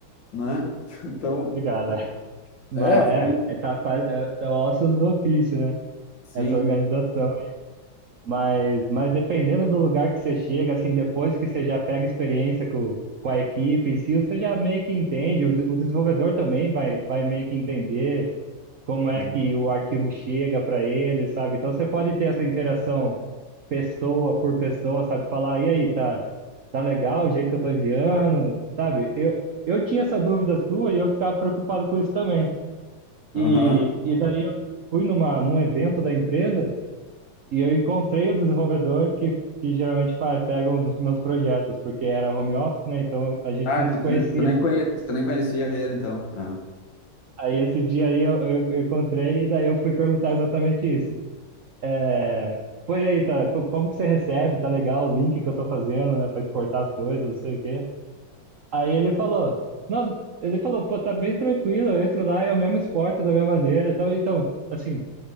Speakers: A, on the left (about 70°); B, on the right (about 60°).
A: né? <laughs> Então,
B: É complicado, é. Mas
A: é,
B: é,
A: ficou meio.
B: é, tá, fa- é, é ossos do ofício, né?
A: Sim.
B: Essa organização. Mas, mas dependendo do lugar que você chega, assim, depois que você já pega experiência com, com a equipe em si, você já meio que entende, o, de- o desenvolvedor também vai, vai meio que entender como é
A: uhum.
B: que o arquivo chega para ele, sabe? Então você pode ter essa interação pessoa por pessoa, sabe? Falar, e aí, tá, tá legal o jeito que eu tô enviando, sabe? Eu, eu tinha essa dúvida sua e eu ficava preocupado com isso também. E,
A: Aham.
B: e daí eu fui numa, num evento da empresa e eu encontrei o desenvolvedor que, que geralmente faz, pega nos meus projetos, porque era home office, né? Então a gente
A: Ah,
B: não
A: então
B: se conhecia.
A: tu, ne- tu nem conhe, tu nem conhecia ele, então. Ah.
B: Aí esse dia aí eu, eu, eu encontrei e daí eu fui perguntar exatamente isso. É, pô, e aí, tá, co- como que você recebe? Tá legal o link que eu tô fazendo, né, pra exportar as coisas, não sei o quê. Aí ele falou, não, ele falou, pô, tá bem tranquilo, eu entro lá, eu mesmo exporto da minha maneira. Então, então assim